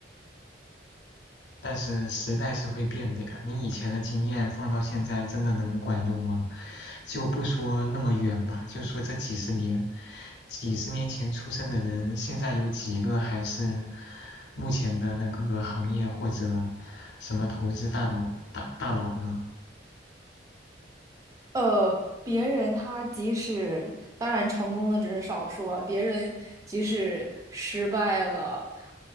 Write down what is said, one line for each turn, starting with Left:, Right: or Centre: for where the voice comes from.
Left: 但是时代是会变的呀，你以前的经验放到现在真的能管用吗？就不说那么远吧，就说这几十年，几十年前出生的人，现在有几个还是目前的那个行业或者什么投资大佬大大佬呢？
Right: 呃，别人他即使当然成功的只是少数啊，别人即使失败了，